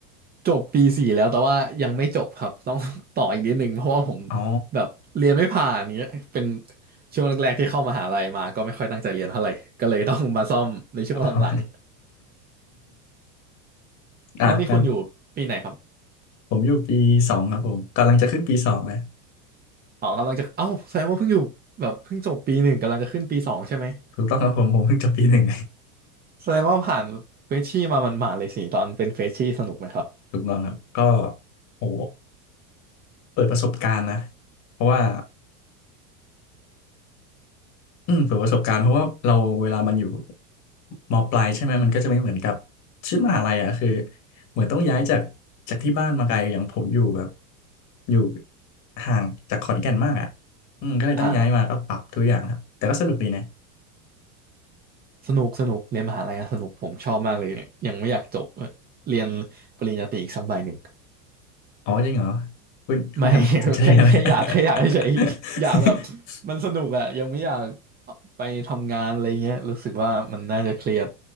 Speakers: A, on the right; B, on the left.
A: จบปีสี่แล้วแต่ว่ายังไม่จบครับต้อง <laughs> ต่ออีกนิดนึงเพราะว่าผม
B: อ๋อ
A: แบบเรียนไม่ผ่านอย่างเงี้ยเป็นช่วงแรกๆที่เข้ามหาลัยมาก็ไม่ค่อยตั้งใจเรียนเท่าไหร่ก็เลยต้องมาซ่อมในช่วงหลัง
B: อ๋อ <laughs>
A: ๆแล้วนี่คุณอยู่ปีไหนครับ
B: อ่ะงั้นผมอยู่ปีสองครับผมกำลังจะขึ้นปีสองเลย
A: อ๋อกำลังจะเอ้าแสดงว่าเพิ่งอยู่แบบเพิ่งจบปีหนึ่งกำลังจะขึ้นปีสองใช่ไหม
B: ถูกต้องครับผมผมเพิ่งจบปีหนึ่ง
A: แสดงว่าผ่านเฟรชชี่มามันหมาดๆเลยสิตอนเป็นเฟรชชี่สนุกไหมครับ
B: ถูกต้องครับก็โหเปิดประสบการณ์นะเพราะว่าอืมเปิดประสบการณ์เพราะว่าเราเวลามันอยู่มปลายใช่ไหมมันก็จะไม่เหมือนกับชีวิตมหาลัยอ่ะคือเหมือนต้องย้ายจากจากที่บ้านมาไกลอย่างผมอยู่แบบอยู่ห่างจากขอนแก่นมากอ่ะอืมก็เลยต้องย้ายมาก็ปรับทุกอย่างครับแต่ก็สนุกดีนะ
A: อ่าสนุกสนุกเรียนมหาลัยอะสนุกผมชอบมากเลยเนี่ยยังไม่อยากจบเรียนปริญญาตรีอีกสักใบหนึ่ง
B: อ๋อจริงเหรอคุณคุณทำสนใจอะไร
A: ไม่ <laughs> แค่แค่อยากแค่อยากเฉยๆอยากแบบ
B: <laughs>
A: มันสนุกอะยังไม่อยากไปทำงานอะไรเงี้ยรู้สึกว่ามันน่าจะเครียด